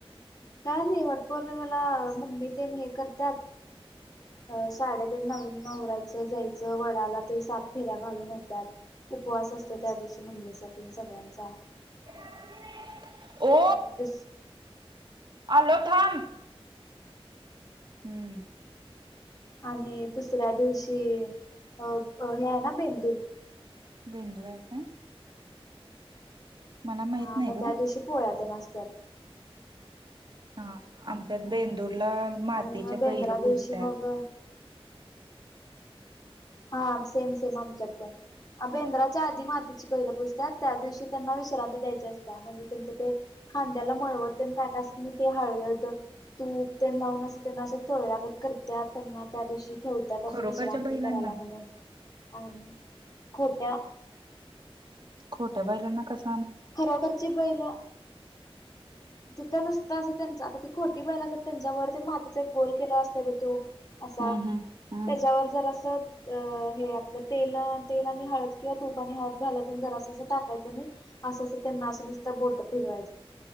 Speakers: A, on the left (about 40°); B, on the right (about 50°).
A: काय नाही वटपौर्णिनेमेला मम्मी तेन हे करत्यात अ साड्या तेन नवीन आवरायचं जायचं वडाला ते सात फेऱ्या घालून येत्यात उपवास असतोय त्या दिवशी मम्मीचा येन सगळ्यांचा
B: <unintelligible> ओ
A: नाही दूस
B: आलो थांब. हम्म
A: आणि दुसऱ्या दिवशी अ हे आहे ना बेंदूर.
B: बेंदुर आहे काय? मला माहित
A: हा
B: नाही
A: मग
B: ग
A: त्या दिवशी पोळ्या तेन आसत्यात.
B: हा- हा आमच्यात बेंदूरला मातीच्या
A: आणि मग बेंद्रा
B: बैल
A: दिवशी
B: पुजत्यात
A: मग
B: <inaudible>
A: हा सेम -सेम आमच्यात पण बेंद्राच्या आधी मातीची बैलं पुजत्यात त्या दिवशी त्यांना विश्रांती द्यायची असत्या म्हणजे त्यांचं ते खांद्याला मळवट तेन काय -काय असंतय की नाही ते हळद तूप तेन लावून असं त्यांना असं चोळल्यागत करतात त्यांना त्या दिवशी ठेवत्यात असं
B: खरोखरच्या
A: विश्रांती
B: बैलांना
A: करायला म्हणून आणि..... खोट्या
B: खोट्या बैलांना कसं
A: खरोखरची बैलं तिथं नुसतं असं त्यांच आता ती खोटी बैलं असतात त्यांच्यावर ते मातीचा एक गोल केला असतोय बघ तो असा
B: हम्म हम्म हम्म
A: त्याच्यावर जरा असं हे आपलं तेल -तेल आणि हळद किंवा तुप आणि हळद घालायचं आणि जरा असं असं टाकायचं आणि असं -असं त्यांना असं नुसतं बोट फिरवायचं